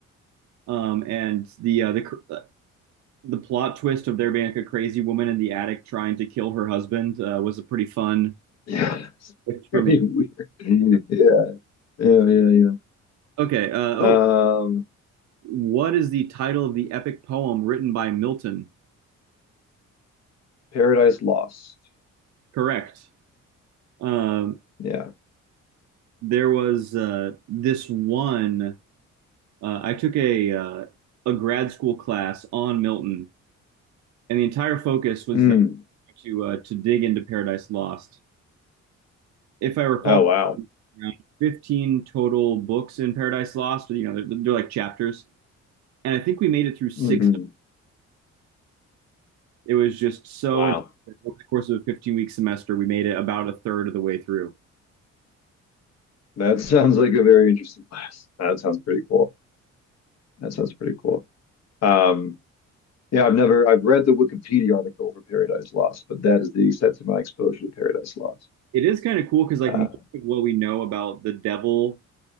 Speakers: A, on the right; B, on the left.
A: Um, and the uh, the cr- uh, the plot twist of there being like a crazy woman in the attic trying to kill her husband uh, was a pretty fun
B: yeah, it's
A: twist for
B: pretty
A: me.
B: weird. <laughs> Yeah, yeah, yeah,
A: Okay. Uh, oh,
B: yeah. Um,
A: what is the title of the epic poem written by Milton?
B: Paradise Lost.
A: Correct. Um,
B: Yeah.
A: there was uh, this one. Uh, I took a uh, a grad school class on Milton, and the entire focus was
B: Mm.
A: that to uh, to dig into Paradise Lost. If I recall,
B: Oh wow.
A: around 15 total books in Paradise Lost. You know, they're, they're like chapters. and I think we made it through six.
B: hmm
A: It was just so
B: Wow.
A: intense. over the course of a 15 week semester, we made it about a third of the way through.
B: That sounds like a very interesting class. That sounds pretty cool. That sounds pretty cool. Um, yeah, I've never I've read the Wikipedia article for Paradise Lost, but that is the extent of my exposure to Paradise Lost.
A: It is kind of cool because like
B: Uh,
A: most of what we know about the devil